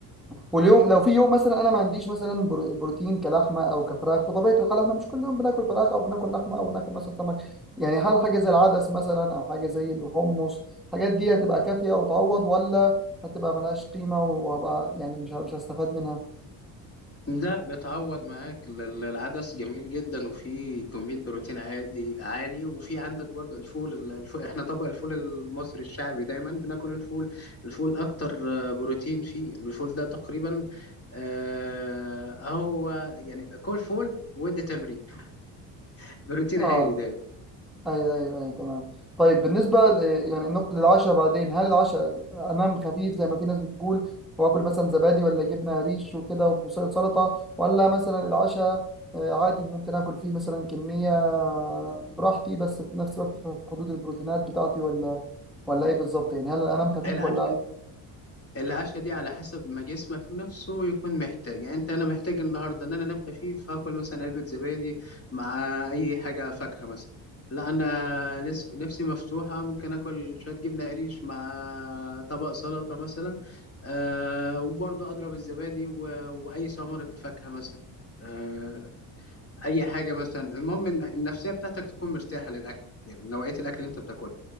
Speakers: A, in the centre; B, on the left.
A: واليوم لو في يوم مثلا انا ما عنديش مثلا برو- بروتين كلحمه او كفراخ بطبيعه الحال احنا مش كل يوم بناكل فراخ او بناكل لحمه او بناكل مثلا سمك يعني هل حاجه زي العدس مثلا او حاجه زي الحمص الحاجات دي هتبقى كافيه وتعوض ولا هتبقى ملهاش قيمه وهبقى يعني مش مش هستفاد منها
B: لا بتعوض معاك ال- ال- العدس جميل جدا وفيه كمية بروتين عادي عالي وفي عندك برضه الفول ال- الفول احنا طبق الفول المصري الشعبي دايما بناكل الفول الفول اكتر آه، بروتين فيه يعني الفول ده تقريبا آه هو يعني كل فول ودي تمرين <laughs> بروتين
A: اه
B: عالي دايما
A: ايوه ايوه ايوه تمام طيب بالنسبه ل- يعني النقطه للعشاء بعدين هل العشاء انام خفيف زي ما في ناس بتقول واكل مثلا زبادي ولا جبنه قريش وكده وسلطه ولا مثلا العشاء آه، عادي ممكن اكل فيه مثلا كميه براحتي بس في نفس الوقت في حدود البروتينات بتاعتي ولا ولا ايه بالظبط يعني هل انام خفيف
B: العشاء
A: ولا
B: العشاء دي على حسب ما جسمك نفسه يكون محتاج يعني انت انا محتاج النهارده ان انا انام خفيف فاكل مثلا علبه زبادي مع اي حاجه فاكهه مثلا لا انا نس- نفسي مفتوحه ممكن اكل شويه جبنه قريش مع طبق سلطه مثلا أه وبرضه اضرب الزبادي و- واي ثمره فاكهه مثلا أه اي حاجه مثلا المهم ان النفسيه بتاعتك تكون مرتاحه للاكل يعني نوعيه الاكل اللي انت بتاكله